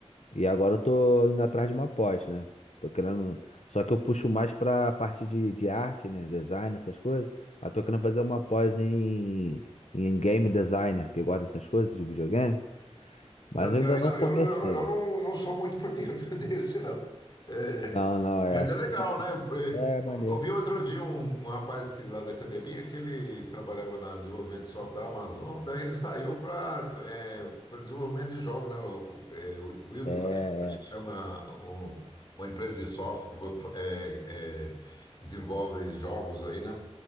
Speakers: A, on the left; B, on the left.
A: E agora eu tô indo atrás de uma pós, né? Tô querendo. Só que eu puxo mais pra parte de, de arte, né? Design, essas coisas. Aí tô querendo fazer uma pós em, em game designer, que gosta dessas coisas de videogame.
B: Não,
A: Mas eu
B: eu,
A: ainda não
B: não,
A: comecei.
B: eu, não, eu não eu não- não sou muito por dentro <laughs> desse, não. É,
A: Não, não, é.
B: Mas é legal, né? Eu, eu
A: É, maneiro.
B: ouvi outro dia um, um rapaz que, lá da academia que ele trabalhava na desenvolvimento de software da Amazon, daí ele saiu para para desenvolvimento de jogos, né? O, o- é, o Wildlife,
A: É,
B: acho
A: é.
B: que chama um- uma empresa de software que vo- é, é, desenvolve jogos aí, né?